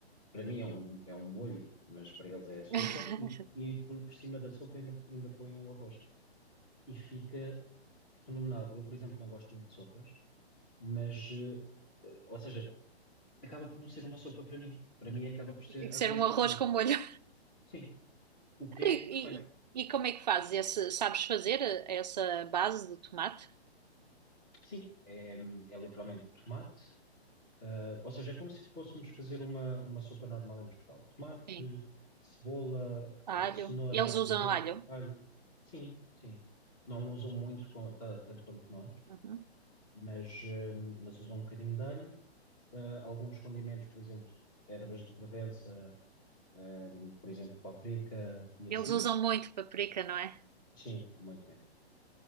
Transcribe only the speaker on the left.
para mim é um, é um molho, mas para eles é a sopa,
e, e por, por cima da sopa ainda, ainda põem o arroz. E fica fenomenal. Eu, por exemplo, não gosto muito de sopas, mas, eh, eh, ou seja, acaba por não ser uma sopa para mim. Para mim acaba por ser
arroz
com
molho.
Sim, o que
é perfeito.
Sim, é, é literalmente tomate, Ah, ou seja, é como se fôssemos fazer uma, uma sopa normal em Portugal. Tomate,
cebola,
ah, cenoura,
por
exemplo,
alho. Sim, sim. Não usam muito, co- ta- tanto quanto nós,
mas, ah, mas usam um bocadinho de alho. Ah, alguns condimentos, por exemplo, ervas de Provença, ah, por exemplo, páprica e
assim.
Sim, muito, muito.